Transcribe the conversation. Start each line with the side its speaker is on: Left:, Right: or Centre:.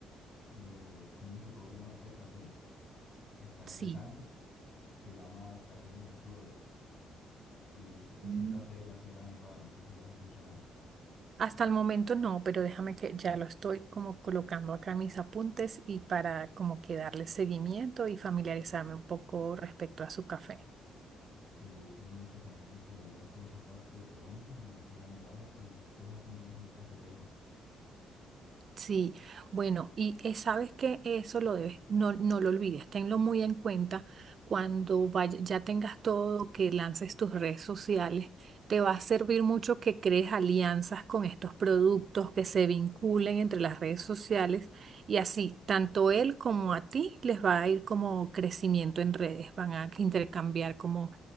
Left: eh, tiene su propia marca de café, está empezando,
Right: Sí.
Left: se llama Café Miraflores y so- es
Right: Mm.
Left: un café de la Sierra Nevada, no sé si lo has escuchado.
Right: Hasta el momento no, pero déjame que ya lo estoy como colocando acá en mis apuntes y para como que darle seguimiento y familiarizarme un poco respecto a su café.
Left: Sí, tengo mucha familia por allá, por esa parte de Colombia, en la Sierra Nevada, y toda esa zona es muy cafetera.
Right: Sí, bueno, y eh, sabes que eso lo debes, no, no lo olvides, tenlo muy en cuenta cuando vaya- ya tengas todo, que lances tus redes sociales, te va a servir mucho que crees alianzas con estos productos, que se vinculen entre las redes sociales y así, tanto él como a ti les va a ir como crecimiento en redes, van a intercambiar como